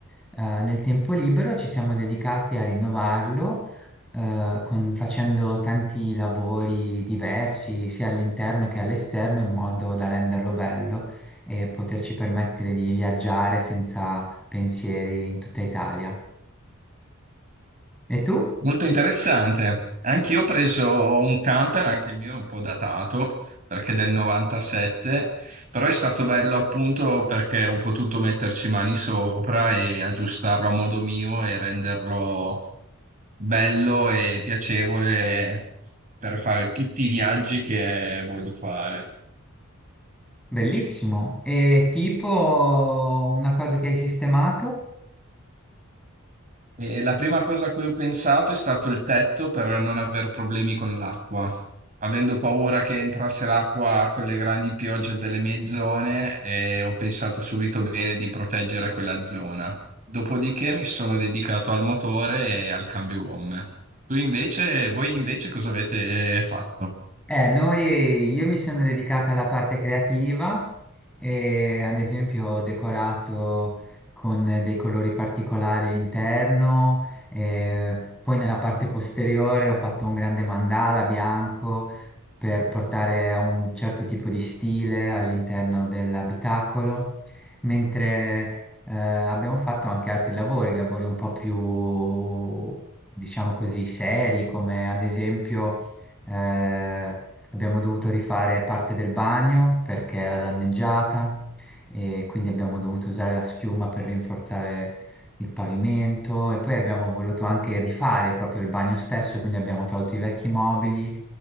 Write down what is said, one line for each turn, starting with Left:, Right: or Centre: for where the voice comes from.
Centre: eh, nel tempo libero ci siamo dedicati a rinnovarlo, eh, con- facendo tanti lavori diversi, sia all'interno che all'esterno, in modo da renderlo bello e poterci permettere di viaggiare senza pensieri in tutta Italia. E tu?
Right: molto interessante. Anch'io ho preso un camper, anche il mio è un po' datato perché è del 97, però è stato bello appunto perché ho potuto metterci mani sopra e aggiustarlo a modo mio e renderlo bello e piacevole per fare tutti i viaggi che voglio fare.
Centre: Bellissimo. E tipo una cosa che hai sistemato?
Right: E la prima cosa a cui ho pensato è stato il tetto per non aver problemi con l'acqua. Avendo paura che entrasse l'acqua con le grandi piogge delle mie zone, eh, ho pensato subito bene di proteggere quella zona. Dopodiché mi sono dedicato al motore e al cambio gomme. Tu invece, voi invece cosa avete eh, fatto?
Centre: Eh, noi, io mi sono dedicata alla parte creativa e ad esempio ho decorato con dei colori particolari l'interno, eh, poi nella parte posteriore ho fatto un grande mandala bianco per portare un certo tipo di stile all'interno dell'abitacolo, mentre eh, abbiamo fatto anche altri lavori, lavori un po' più, diciamo così, seri, come ad esempio eh, Abbiamo dovuto rifare parte del bagno perché era danneggiata e quindi abbiamo dovuto usare la schiuma per rinforzare il pavimento e poi abbiamo voluto anche rifare proprio il bagno stesso, quindi abbiamo tolto i vecchi mobili